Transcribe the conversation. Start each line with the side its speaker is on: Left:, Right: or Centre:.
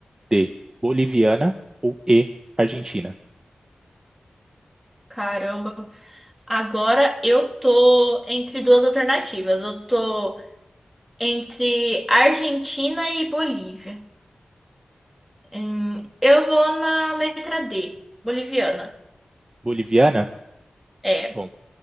Right: D. Boliviana ou E. Argentina?
Centre: Caramba. Agora eu tô entre duas alternativas. Eu tô entre Argentina e Bolívia. Hum, eu vou na letra D, boliviana.
Right: Boliviana?
Centre: É.
Right: Bom,